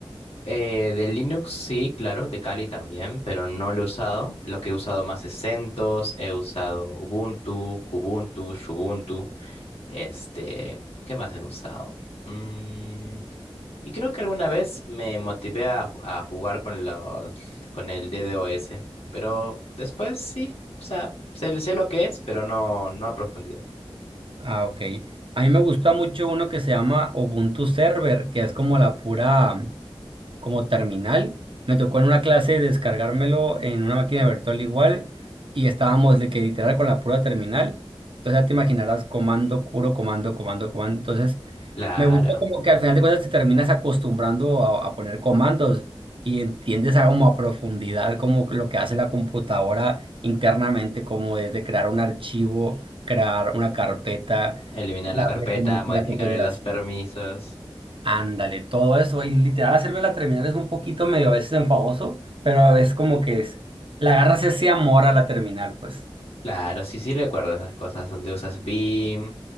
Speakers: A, on the left (about 75°); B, on the right (about 60°).
A: Eh, de Linux sí, claro, de Kali también, pero no lo he usado. Lo que he usado más es CentOS, he usado Ubuntu, Kubuntu, Shubuntu. Este, ¿qué más he usado? Mm, Y creo que alguna vez me motivé a, ju- a jugar con los, con el DDoS, pero después sí, o sea, sé, sé lo que es, pero no, no a profundidad.
B: Ah, ok. A mí me gusta mucho uno que se llama Ubuntu Server, que es como la pura, mm, como terminal. Me tocó en una clase descargármelo en una máquina virtual igual y estábamos de que literal con la pura terminal. Entonces ya te imaginarás comando, puro comando, comando, comando. Entonces
A: Claro,
B: me gusta como que al final de cuentas te terminas acostumbrando a, a poner comandos y entiendes a, como a profundidad como que lo que hace la computadora internamente, como desde crear un archivo, crear una carpeta,
A: eliminar
B: darle
A: la carpeta,
B: como
A: modificar
B: la configuración.
A: los permisos.
B: Ándale, todo eso. Y literal hacerlo en la terminal es un poquito medio a veces enfadoso, pero es como que es, le agarras ese amor a la terminal, pues.
A: Claro, sí, sí recuerdo esas cosas donde usas BIM,